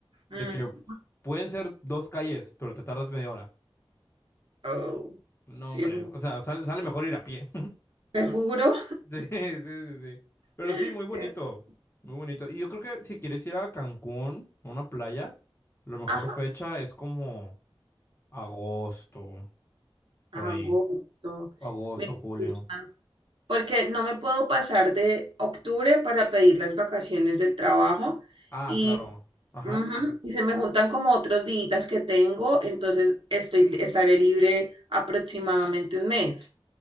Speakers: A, on the right; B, on the left.
A: Mm.
B: de que pueden ser dos calles, pero te tardas media hora.
A: Oh,
B: No,
A: sí,
B: hombre,
A: es un...
B: o sea, sale, sale mejor ir a pie.
A: Te juro.
B: <laughs> Sí, sí, sí, sí. Pero
A: <laughs>
B: sí, muy bonito, muy bonito. Y yo creo que si quieres ir a Cancún, a una playa, la mejor
A: Ajá,
B: fecha es como agosto, por
A: agosto.
B: ahí. Agosto,
A: Me
B: julio.
A: gusta. porque no me puedo pasar de octubre para pedir las vacaciones del trabajo
B: Ah,
A: y,
B: claro. Ajá.
A: ujú, y se me juntan como otros días que tengo, entonces estoy, estaré libre aproximadamente un mes.